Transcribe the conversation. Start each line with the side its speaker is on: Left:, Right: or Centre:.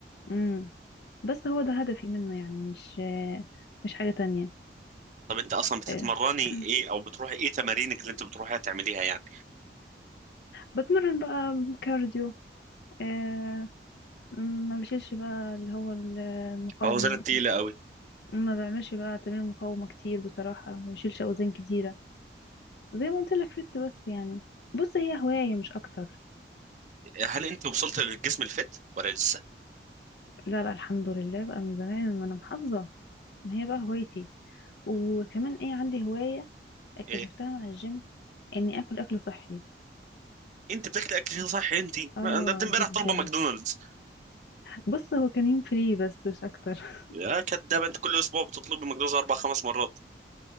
Left: امم بس هو ده هدفي منه يعني مش مش حاجه تانية
Right: طب انت اصلا بتتمرني
Left: إيه. <clears throat>
Right: ايه او بتروحي ايه تمارينك اللي انت بتروحيها تعمليها يعني
Left: بتمرن بقى كارديو آه، ما بشيلش بقى اللي هو المقاومة
Right: اوزان تقيله قوي
Left: ما بعملش بقى تمارين مقاومة كتير بصراحة ما بشيلش أوزان كتيرة زي ما قلت لك فت بس يعني بص هي هواية مش أكتر
Right: هل انت وصلت للجسم الفت ولا لسه
Left: لا لا الحمد لله بقى من زمان وأنا محافظة ما هي بقى هوايتي وكمان إيه عندي هواية اكتشفتها
Right: ايه
Left: مع الجيم إني آكل أكل صحي
Right: انت بتاكل اكل صحي انت
Left: آه
Right: ما- انت امبارح
Left: جدا
Right: طالبه ماكدونالدز
Left: بص هو كان يوم فري بس مش أكتر <laughs>
Right: يا كدابه انت كل اسبوع بتطلبي ماكدونالدز اربع خمس مرات